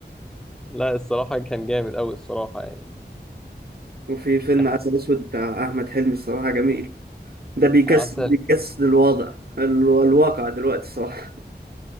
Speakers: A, in the centre; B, on the right (about 60°).
A: لا الصراحة كان جامد قوي الصراحة يعني
B: وفي فيلم
A: <laughs>
B: عسل اسود بتاع احمد حلمي الصراحه جميل ده بيكسر
A: عسل
B: بيكسر الوضع ال- الواقع دلوقتي الصراحه